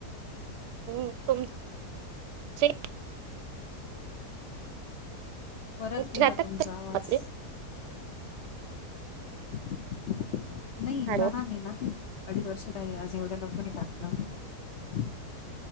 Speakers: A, on the right; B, on the left.
A: हम तुम चे
B: परत गेला
A: जातात
B: तुमचा
A: का
B: आवाज
A: मध्ये?
B: नाही
A: हॅलो,
B: लहान आहे ना ती अडीच वर्ष आज एवढ्या लवकर नाही टाकलं.